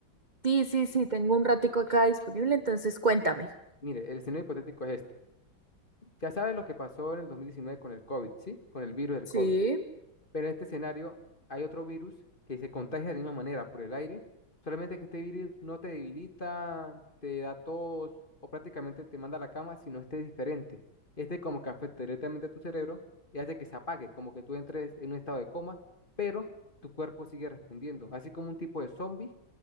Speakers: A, on the right; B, on the left.
A: Sí, sí, sí, tengo un ratico acá disponible, entonces cuéntame.
B: Mire, el escenario hipotético es este. Ya sabes lo que pasó en el 2019 con el COVID, ¿sí? Con el virus del
A: Sí.
B: COVID. Pero en este escenario hay otro virus que se contagia de la misma manera por el aire, solamente que este virus no te debilita, te da tos o prácticamente te manda a la cama, sino este es diferente. Este como que afecta directamente a tu cerebro y hace que se apague, como que tú entres en un estado de coma, pero tu cuerpo sigue respondiendo, así como un tipo de zombie,